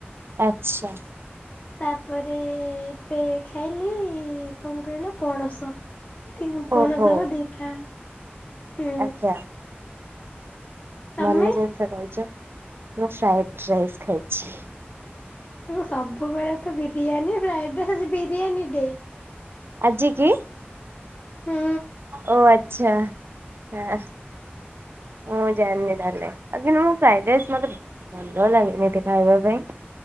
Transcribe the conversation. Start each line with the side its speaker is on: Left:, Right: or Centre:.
Right: ଆଚ୍ଛା।
Left: ତାପରେ ଏବେ ଖାଇଲି କଣ କହିଲ ପଣସ। <unintelligible> ପଣସର
Right: ଓହୋ।
Left: ଦିଟା ହୁଁ
Right: ଆଚ୍ଛା।
Left: ତମେ?
Right: ଭଲ ଜିନିଷ ଖାଇଚ, ମୁଁ ଫ୍ରାଇଡ ରାଇସ୍ ଖାଇଛି।
Left: ସବୁବେଳେ ତ ବିରିୟାନୀ ଫ୍ରାଇଡ ରାଇ ଆଜି ବିରିୟାନୀ ଡେ।
Right: ଆଜି କି,
Left: ହୁଁ
Right: ଓ ଆ ଆଛା ହଁ ମୁଁ ଜାଣିନି ତାଲେ। କିନ୍ତୁ ମୁଁ ଫ୍ରାଇଡ଼ ରାଇସ ମତେ ଭଲ ଲାଗେନି ଏତେ ଖାଇବା ପାଇଁ